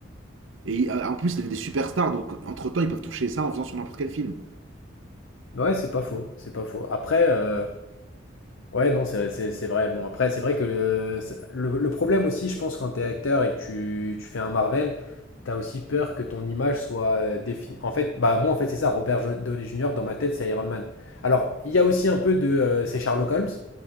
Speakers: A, on the right; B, on the left.
A: Et euh, en plus, c'est des superstars, donc entre-temps, ils peuvent toucher ça en faisant sur n'importe quel film.
B: Ouais, c'est pas faux, c'est pas faux. Après, euh, ouais, non, c'est c'est- c'est vrai. Bon, après, c'est vrai que euh, c'est- le, le problème aussi, je pense, quand t'es acteur et que tu, tu fais un Marvel, t'as aussi peur que ton image soit euh, définie. En fait, bah, moi, en fait, c'est ça, Robert Jo- Downey Jr., dans ma tête, c'est Iron Man. Alors, il y a aussi un peu de. euh, c'est Sherlock Holmes.